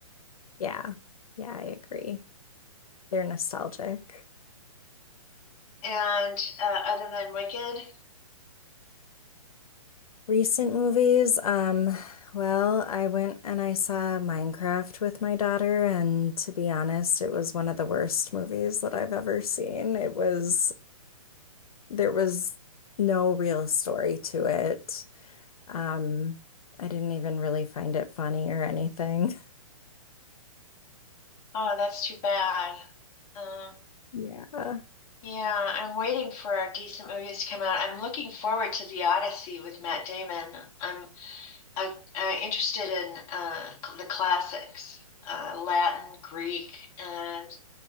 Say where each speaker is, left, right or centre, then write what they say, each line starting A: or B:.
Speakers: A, on the left; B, on the left.
A: Yeah, yeah, I agree. They're nostalgic.
B: And uh, other than Wicked,
A: Recent movies, um, well, I went and I saw Minecraft with my daughter, and to be honest, it was one of the worst movies that I've ever seen. It was, there was no real story to it. Um, I didn't even really find it funny or anything.
B: oh, that's too bad. Um,
A: Yeah. <laughs> Uh,
B: Yeah, I'm waiting for decent movies to come out. I'm looking forward to The Odyssey with Matt Damon. I'm I, I'm interested in uh, cl- the classics, uh, Latin, Greek, and